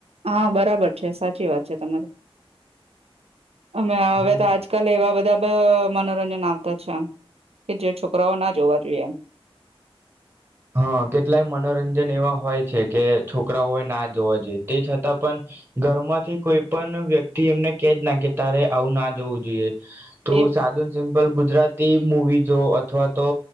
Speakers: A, on the right; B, on the right.
A: હા બરાબર છે સાચી વાત છે તમારી અમે હવે
B: હમ
A: તો આજકાલ એવા બધા મનોરંજન આવતા છે એમ કે જે છોકરાઓ ના જોવા જોઈએ.
B: હા કેટલાય મનોરંજન એવા હોય છે કે છોકરાઓએ ના જોવા જોઈએ તે છતાં પણ ઘરમાંથી કોઈ પણ વ્યક્તિ એમને કેજ ના કે તારે આવું ના જોવું જોઈએ તું
A: એ
B: સાધુન સિમ્પલ ગુજરાતી મુવી જો અથવા તો